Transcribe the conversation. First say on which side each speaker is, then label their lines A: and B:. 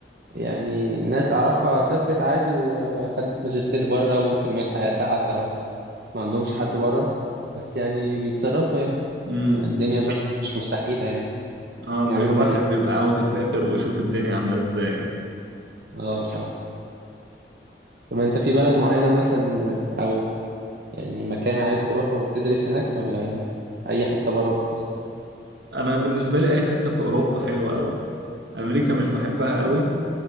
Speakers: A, on the right; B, on the right.
A: يعني ناس اعرفها سافرت عادي وخدت ماجستير بره وكملت حياتها حتى لو ما عندهمش حد بره بس يعني بيتصرفوا يعني
B: ولا
A: آه، الدنيا مش مستحيله يعني
B: اه
A: بيعملوا
B: ب- الواحد
A: ماجستير
B: بيبقى عاوز يسافر ويشوف الدنيا عاملة ازاي
A: اه بصراحه طب انت في بلد معينة مثلا او يعني مكان عايز تروحه وتدرس هناك ولا اي حتة بره وخلاص
B: انا بالنسبة لي اي حتة في اوروبا حلوة قوي امريكا مش بحبها قوي